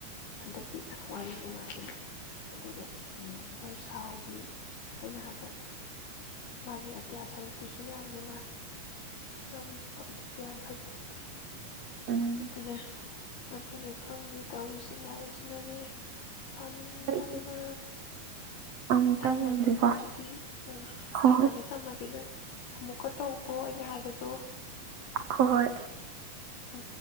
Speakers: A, on the left (about 85°); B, on the right (about 65°).
A: ꯍꯟꯗꯛꯀꯤ ꯋꯥꯔꯤ ꯅꯨꯡꯉꯥꯏꯕ ꯂꯩ ꯑꯗꯨꯒ ꯕꯔꯁꯥꯎꯒꯤ ꯑꯩꯅ ꯍꯥꯏꯕ ꯃꯥꯒꯤ ꯑꯇꯤꯌꯥ ꯁꯔꯨꯛꯇꯨꯁꯨ ꯌꯥꯝ ꯅꯨꯡꯉꯥꯏ ꯌꯥꯝ ꯑꯗꯨꯁꯨ ꯌꯥꯝ ꯐꯖꯩ
B: ꯎꯝ
A: ꯑꯗꯨꯅꯦ ꯑꯗꯨꯅꯦ ꯈꯪꯗꯦ ꯇꯧꯔꯤꯁꯦ ꯇꯜꯂꯥꯔꯤ ꯁꯤꯅꯅꯦ ꯄꯥꯅꯤꯡꯗꯕꯅ
B: ꯑꯩ ꯑꯃꯨꯛꯀ
A: ꯊꯝꯃꯒꯦꯀꯣ
B: ꯌꯦꯡꯒꯦꯀꯣ ꯍꯣꯏ
A: ꯑꯗꯨꯗꯤ
B: ꯍꯣꯏ
A: ꯊꯝꯃꯒꯦ ꯊꯝꯃꯒꯦ ꯅꯪ ꯑꯃꯨꯛꯀ ꯇꯧ ꯀꯣ ꯑꯩꯅ ꯍꯥꯏꯕꯗꯣ
B: ꯍꯣꯏ
A: ꯑ